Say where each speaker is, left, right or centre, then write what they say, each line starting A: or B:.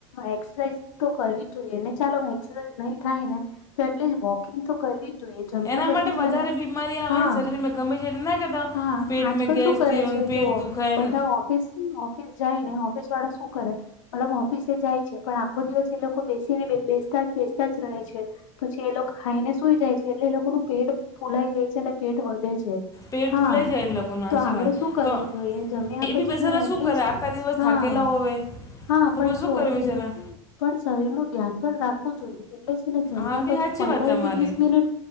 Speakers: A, on the left; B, on the left.
A: એક્સરસાઇઝ તો કરવી જ જોઈએ ને ચાલો એક્સરસાઇઝ નહી થાય ને તો એટલિઝ વોક કિંગ તો કરવી જ જોઈએ જમ્યા
B: એના
A: પછી
B: માટે
A: છે
B: વધારે
A: ને
B: બીમારી આવે
A: હા
B: ને શરીરમાં ગમે છે એટલે ના કહેતા
A: હા,
B: પેટમાં
A: આજકાલ
B: ગેસ
A: શું કરે
B: થયો
A: છે
B: ને પેટ
A: જો
B: દુખાય
A: બધા
B: ને
A: વોક ઓફિસ ઓફિસ જઈને ઓફિસ વાળા શું કરે મતલબ ઓ ફીસે જાય છે પણ આખો દિવસ એ લોકો બેસીને બેસતા જ બેસતા જ રહે છે પછી એ લોક બી ખાઈને સુઈ જાય છે એટલે એ લોકોનું પેટ ફૂલાઈ જાય છે અને પેટ વધે છે.
B: પેડ
A: હા
B: ફૂલાઈ જાય એ લોકો નો
A: તો
B: હાચી
A: આપડે
B: વાત
A: શું કરવું
B: તો
A: જોઈએ જમ્યા
B: એ
A: પછી
B: બી બેસારા
A: છે ને એટલીસ્ટ
B: શું કરે આખા દિવસ
A: હા
B: થાકેલા હોવે
A: હા,
B: તો
A: પણ
B: પછી
A: જો
B: શું કરે
A: હું
B: બેચારા
A: પણ શરીર નું ધ્યાન પણ રાખવું જોઈએ એટલેજ અને જમ્યા
B: હા બી
A: પછી
B: સાચી
A: પંદર
B: વાત તમારી
A: થી વીસ મિનિટ,